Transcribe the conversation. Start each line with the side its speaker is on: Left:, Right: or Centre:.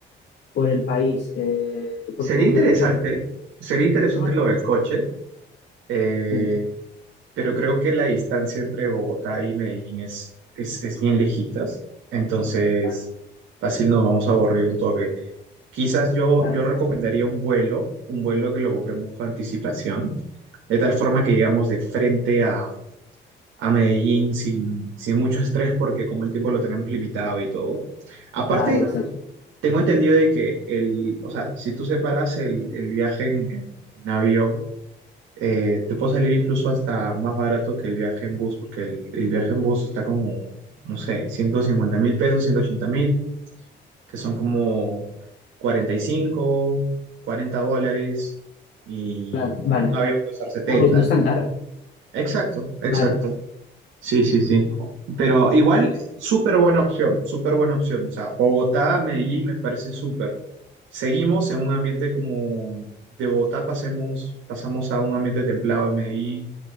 Left: por el país, eh, porque
Right: Sería
Left: coger
Right: interesante,
Left: muchos...
Right: sería interesante
Left: no-
Right: lo del coche. Eh,
Left: sí.
Right: pero creo que la distancia entre Bogotá y Medellín es, es, es bien lejitas, entonces
Left: Vale,
Right: fácil nos vamos a aburrir un toque. Quizás yo,
Left: claro,
Right: yo recomendaría un vuelo, un vuelo que lo compremos con anticipación, de tal forma que llegamos de frente a, a Medellín sin, sin mucho estrés, porque como el tiempo lo tenemos limitado y todo. Aparte,
Left: claro, exacto.
Right: tengo entendido de que el, o sea, si tú separas el, el viaje en, en en avión, eh, te puede salir incluso hasta más barato que el viaje en bus, porque el, el viaje en bus está como, no sé, ciento cincuenta mil pesos, ciento ochenta mil, que son como 45 40 dólares, y
Left: Claro, vale.
Right: un avión puede estar setenta
Left: Ah, pues no es
Right: ¿no?
Left: tan caro.
Right: Exacto, exacto.
Left: Vale.
Right: Sí, sí, sí. Pero igual, súper buena opción, súper buena opción. O sea, Bogotá, Medellín me parece súper. Seguimos en un ambiente como de Bogotá, pasemos, pasamos a un ambiente templado de Medellín,